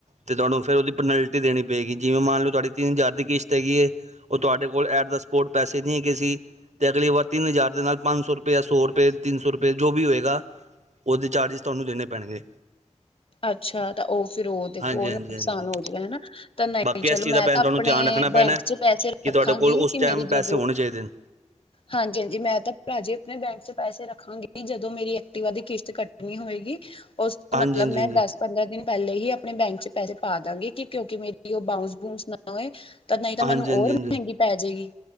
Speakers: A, on the right (about 70°); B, on the left (about 50°).
A: ਤੇ ਤੁਹਾਨੂੰ ਫਿਰ ਉਹਦੀ ਪੈਨਲਟੀ ਦੇਣੀ ਪਏਗੀ ਜਿਵੇਂ ਮੰਨ ਲਓ ਤੁਹਾਡੀ ਤਿੰਨ ਹਜ਼ਾਰ ਦੀ ਕਿਸ਼ਤ ਹੈਗੀ ਹੈ ਉਹ ਤੁਹਾਡੇ ਕੋਲ ਐਟ ਦਾ ਸਪੋਟ ਪੈਸੇ ਨਹੀਂ ਹੈਗੇ ਸੀ ਤੇ ਅਗਲੀ ਵਾਰ ਤਿੰਨ ਹਜ਼ਾਰ ਦੇ ਨਾਲ ਪੰਜ ਸੌ ਰੁਪਏ, ਸੌ ਰੁਪਏ, ਤਿੰਨ ਸੌ ਰੁਪਏ ਜੋ ਵੀ ਹੋਏਗਾ ਉਹਦੇ ਚਾਰਜਿਸ ਤੁਹਾਨੂੰ ਦੇਣੇ ਪੈਣਗੇ
B: ਅੱਛਾ ਤਾਂ ਉਹ ਫਿਰ ਉਹ ਦੇਖੋ
A: ਹਾਂਜੀ
B: ਉਹ ਨੁਕਸਾਨ
A: ਹਾਂਜੀ ਹਾਂਜੀ
B: ਹੋ ਜਾਏਗਾ ਹਨਾ, ਤਾਂ ਨਹੀਂ
A: ਬਾਕੀ
B: ਨਹੀਂ ਚਲੋ
A: ਇਸ ਚੀਜ਼
B: ਮੈਂ
A: ਦਾ ਭੈਣ
B: ਤਾਂ
A: ਤੁਹਾਨੂੰ
B: ਆਪਣੇ
A: ਧਿਆਨ ਰੱਖਣਾ
B: ਬੈਂਕ
A: ਪੈਣਾ
B: ਚ ਪੈਸੇ
A: ਕਿ
B: ਰੱਖਾਂਗੀ
A: ਤੁਹਾਡੇ ਕੋਲ ਉਸ
B: ਕਿ ਮੇਰੀ
A: ਟਾਈਮ ਪੈਸੇ
B: ਜਦੋਂ
A: ਹੋਣੇ ਚਾਹੀਦੇ ਨੇ
B: ਹਾਂਜੀ -ਹਾਂਜੀ ਮੈਂ ਤਾਂ ਭਰਾਜੀ ਆਪਣੇ ਬੈਂਕ ਚ ਪੈਸੇ ਰੱਖਾਂਗੀ ਜਦੋਂ ਮੇਰੀ ਐਕਟਿਵਾ ਦੀ ਕਿਸ਼ਤ ਕੱਟਣੀ ਹੋਏਗੀ ਉਸ ਤੋਂ
A: ਹਾਂਜੀ-
B: ਮਤਲਬ
A: ਹਾਂਜੀ
B: ਮੈਂ
A: -ਹਾਂਜੀ
B: ਦਸ ਪੰਦਰਾਂ ਦਿਨ ਪਹਿਲੇ ਹੀ ਆਪਣੇ ਬੈਂਕ ਚ ਪੈਸੇ ਪਾ ਦਵਾਂਗੀ ਕਿ ਕਿਉਂਕਿ ਮੇਰੀ ਉਹ ਬਾਂਊਸ ਬੂਸ ਨਾ ਤਾਂ ਨਹੀਂ ਤਾਂ
A: ਹਾਂਜੀ
B: ਮੈਨੂੰ ਹੋਰ
A: ਹਾਂਜੀ ਹਾਂਜੀ
B: ਮਹਿੰਗੀ ਪੈ ਜਾਏਗੀ